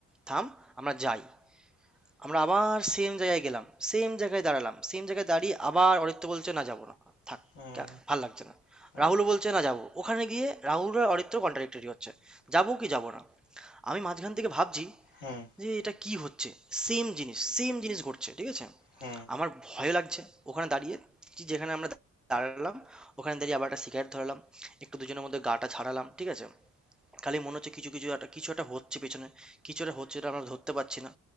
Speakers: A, in the centre; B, on the left.
A: থাম আমরা যাই আমরা আবার সেম জায়গায় গেলাম সেম জায়গায় দাঁড়ালাম সেম জায়গায় দাঁড়িয়ে আবার অরিত্র বলছে না যাবো না থাক
B: হুম
A: কা- ভাল লাগছে না
B: হুম
A: রাহুলও বলছে না যাবো ওখানে গিয়ে রাহুল আর অরিত্র কন্ট্রাডিক্টরি হচ্ছে যাবো কি যাবো না আমি মাঝখান থেকে ভাবছি
B: হুম
A: যে এটা কি হচ্ছে সেম জিনিস সেম জিনিস ঘটছে ঠিক আছে
B: হুম।
A: আমার ভয় লাগছে ওখানে দাঁড়িয়ে যে- যেখানে আমরা দাঁড়ালাম ওখানে দাঁড়িয়ে আবার একটা সিগারেট ধরালাম একটু দুজনের মধ্যে গাটা ছাড়ালাম ঠিক আছে খালি মনে হচ্ছে কিছু কিছু একটা কিছু একটা হচ্ছে পেছনে কিছু একটা হচ্ছে এটা আমরা ধরতে পারছি না